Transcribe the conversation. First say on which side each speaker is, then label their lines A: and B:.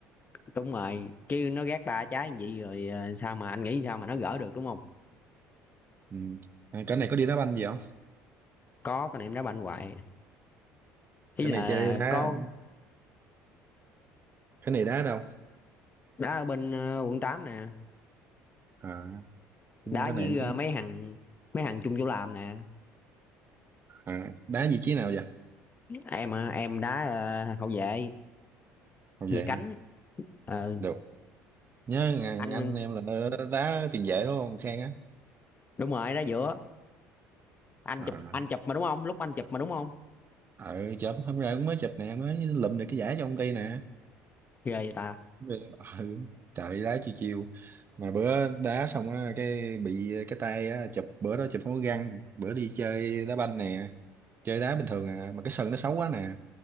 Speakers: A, on the left; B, on the right.
A: đúng rồi chứ nó gác ba trái như vậy rồi ờ, sao mà anh nghĩ sao mà nó gỡ được đúng không
B: Ừ. À, cái này có đi đá banh gì không?
A: có con em đá banh hoài ý
B: Cái
A: là,
B: này chơi đá
A: con
B: cái này đá đâu?
A: đá ở bên ờ, quận 8 nè
B: À, cái
A: đá với
B: này anh
A: ờ,
B: cũng
A: mấy thằng mấy thằng chung chỗ làm nè
B: à, đá vị trí nào vậy?
A: em ờ, em đá ờ, hậu vệ
B: không
A: về
B: vậy
A: cánh
B: ha.
A: Ờ,
B: Được. Nhớ ngàn
A: anh
B: anh em là đá tiền vệ đúng không Khang á?
A: đúng rồi đá giữa anh
B: À,
A: chụp anh chụp mà đúng không lúc anh chụp mà đúng không
B: ờ chớm hôm nay cũng mới chụp nè mới lụm được cái giải cho công ty nè.
A: ghê vậy ta
B: Đúng rồi. ừ, trời đi đá chiều chiều mà bữa đá xong á cái bị cái tay á chụp bữa đó chụp không có găng bữa đi chơi đá banh nè chơi đá bình thường à mà cái sân nó xấu quá nè